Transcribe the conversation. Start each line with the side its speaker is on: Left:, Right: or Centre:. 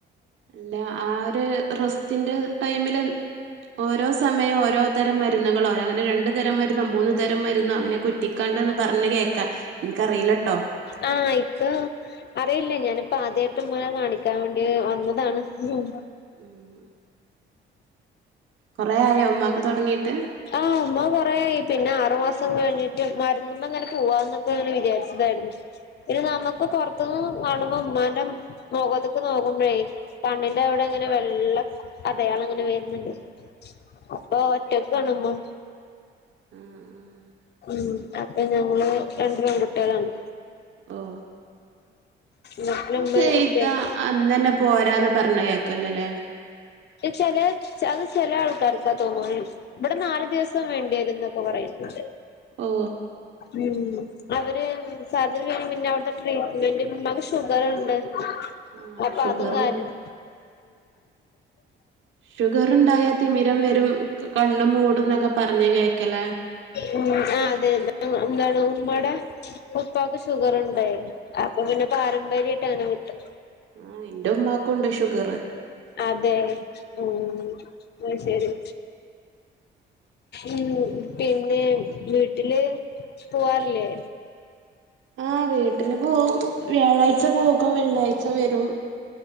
Right: അല്ല ആ ഒരു റസ്റ്റന്റെ ടൈമില് ഓരോ സമയം ഓരോ തരം മരുന്നുകളോരോ അങ്ങനെ രണ്ടു തരം മരുന്നു മൂന്ന്തരം മരുന്നുന്ന് അങ്ങനെ കുറ്റിക്കാണ്ടന്ന് പറഞ്ഞഞ് കേൾക്കാ എനക്ക്റിയിലട്ടോ
Left: ആഹ യിക്ക അറിയില്ലേ ഞാനിപ്പോ ആദ്യമായിട്ടനെ കാണിക്കാൻ വേണ്ടി വന്നതാണ് ഉം
Right: ഉം കൊറെ ആയോ ഉമ്മാക്ക് തൊടങ്ങീട്ട്
Left: ആഹ് അമ്മോംകൊറയായി പിന്നെ ആറു മാസം കഴിഞ്ഞിട്ട് മരുന്ന് മ്മ ങ്ങനെ പോവാന്ന് ഞങ്ങനെ വിജാരിച്ചതായിരുന്നു എനി നമുക്ക് പൊറത്തുന്ന് കാണുമ്പോ ഉമ്മാന്റെ മുഖത്തക്ക് നോക്കുമ്പോഴേ കണ്ണിന്റെ അവിടെ ങ്ങനെ വെള്ളം അതെയാള്ങ്ങനെ വേര്ണണ്ട് അപ്പൊ ഒറ്റക്ക കാണ്പോ
Right: ആഹ് ആഹ്
Left: ഉ അപ്പ ഞങ്ങള് രണ്ടു പൺകുട്ടികളാണ്
Right: ഓ
Left: വീട്ടില് ഇ മ്മേ
Right: ചെയ്താ
Left: ഇപ്പയും ആണ്
Right: അന്നന്നെ പോരാന്ന് പറഞ്ഞേ കേൾക്കല്ലല്ലേ
Left: ചെല അത് ചെല ആൾക്കാർക്കാ തോന്നുന്നു ഇവിടെ നാല് ദിവസ ത്തം വേണ്ടി യേരുന്നൊക്കെ പറയ്ണ്
Right: ഓ
Left: ഉ അവര് സർജറി കഴിഞ്ഞ് പിന്നെ അവിടത്തെ ട്രീറ്റ്മെന്റ് മ്മാക്ക് ഷുഗറുണ്ട്
Right: ആഹ്
Left: അപ്പൊ
Right: ഷുഗർണ്ട്
Left: അത് കാര്യം
Right: ഷുഗർണ്ടായാ തിമിരം വരും കണ്ണ് മൂടും എന്നൊക്കെ പറഞ്ഞ കേക്കല
Left: ഉ ആഹ് അതെ എന്താണ് ഉമാടെ ഉപ്പാക്ക് ഷുഗറ്ണ്ടേ അപ്പൊ പിന്നെ പാരമ്പര്യയിട്ട് അങ്ങനെ കിട്ടും
Right: ആഹ് ഇന്റെ ഉമ്മാക്കുണ്ട് ഷുഗറ്
Left: അതെ ഉം ന്നശരി ഉ പിന്നെ വീട്ടില് പോവാറില്ലേ
Right: ആഹ് വീട്ടില് പോകും വ്യാഴാഴ്ച പോകും വെള്ളിയാഴ്ച വരും